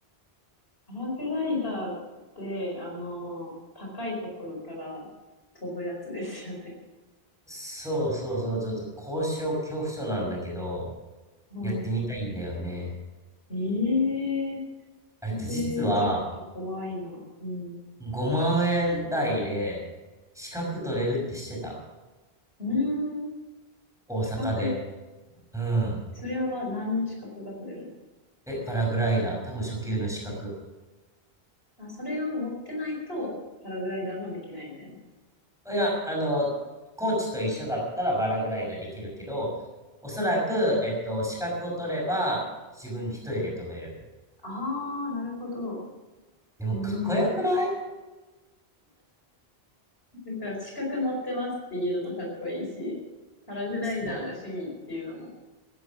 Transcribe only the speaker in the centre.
そうそうそう、ちょっと高所恐怖症なんだけど、
やってみたいんだよね。
あれって実は
うん5万円台で資格取れるってしてた。
大阪で。
うん。
え、パラグライダー。多分初級の資格。
いや、あの、コーチと一緒だったらパラグライダーできるけど、おそらく、
えっと、資格を取れば自分一人で飛べる。
でもかっこよくない
そう。